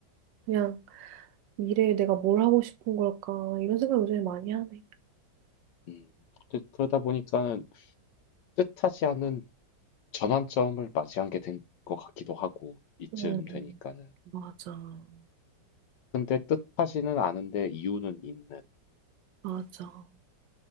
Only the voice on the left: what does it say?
음. 그- 그러다 보니까는 뜻하지 않은 전환점을 맞이한 게 된 것 같기도 하고, 이쯤
되니까는.
근데 뜻하지는 않은데 이유는 있는.